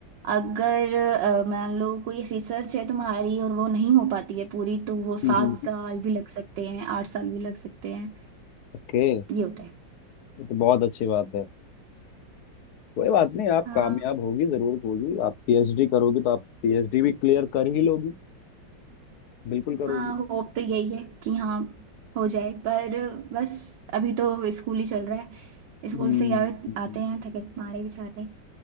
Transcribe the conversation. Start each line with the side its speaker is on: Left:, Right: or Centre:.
Right: अगर अ, मान लो कोई रिसर्च है तुम्हारी और वो नहीं हो पाती है पूरी तो वो सात
Left: हम्म हम्म।
Right: साल भी लग सकते हैं आठ साल भी लग सकते हैं
Left: ओके
Right: ये होता है
Left: ये तो बहुत अच्छी बात है कोई बात नहीं आप
Right: हाँ
Left: कामयाब होगी जरूर होगी आप पीएचडी करोगी तो आप पीएचडी भी क्लियर कर ही लोगी बिल्कुल करोगी
Right: हाँ होप तो यही है कि हाँ हो जाए पर बस अभी तो स्कूल ही चल रहा है स्कूल
Left: हम्म
Right: से ही आ, आते हैं थके मारे बेचारे